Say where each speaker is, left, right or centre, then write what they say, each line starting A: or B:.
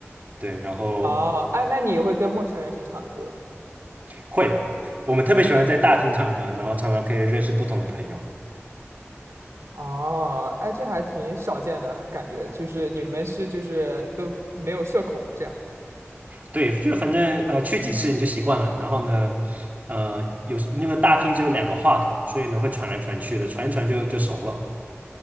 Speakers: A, on the right; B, on the right.
A: 对，然后
B: 哦，哎，那你会跟陌生人一起唱歌？
A: 会的，我们特别喜欢在大厅唱歌，然后常常可以认识不同的朋友，
B: 哦，哎，这还挺少见的感觉，就是你们是就是都没有社恐这样。
A: 对，就是反正呃去几次你就习惯了。然后呢，呃，有那个大厅只有两个话筒，所以呢会传来传去的，传一传就就熟了。